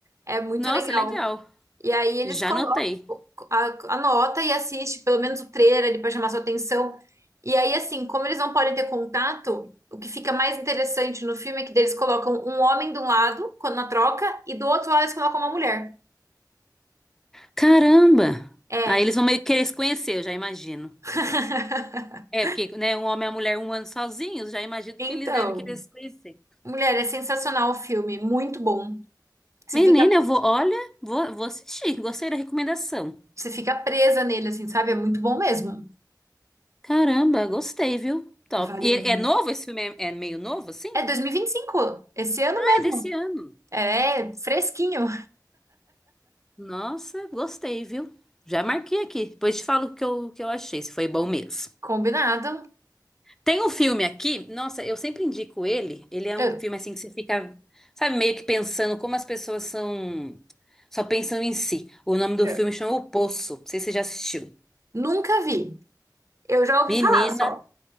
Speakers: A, on the right; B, in the centre.
A: É muito
B: Nossa,
A: legal.
B: legal.
A: E aí eles
B: Já
A: colocam,
B: anotei.
A: a- anota e assiste pelo menos o trailer ali pra chamar sua atenção. E aí assim, como eles não podem ter contato, o que fica mais interessante no filme é que eles colocam um homem de um lado, quando na troca, e do outro lado eles colocam uma mulher.
B: Caramba!
A: É.
B: Aí eles vão meio que querer se conhecer, eu já imagino.
A: <laughs>
B: É, porque, né, um homem e uma mulher um ano sozinhos, já imagino
A: Então,
B: que eles devem querer se conhecer.
A: mulher, é sensacional o filme, muito bom. Você
B: Menina,
A: fica,
B: eu vou, olha, vou, vou assistir. Gostei da recomendação.
A: você fica presa nele, assim, sabe? É muito bom mesmo.
B: Caramba, gostei, viu? Top.
A: Vale
B: E
A: muito.
B: é novo esse filme? É é meio novo, assim?
A: É dois mil e e vinte e cinco, esse ano
B: Ah,
A: mesmo.
B: é desse ano.
A: É fresquinho,
B: Nossa, gostei, viu? Já marquei aqui. Depois te falo o que eu, o que eu achei, se foi bom mesmo.
A: <laughs> combinado.
B: Tem um filme aqui, nossa, eu sempre indico ele. Ele é
A: Eu,
B: um filme assim que você fica, sabe, meio que pensando como as pessoas são. Só pensam em si. O nome do
A: eu
B: filme chama O Poço. Não sei se você já assistiu.
A: nunca vi. Eu já ouvi
B: Menina,
A: falar só.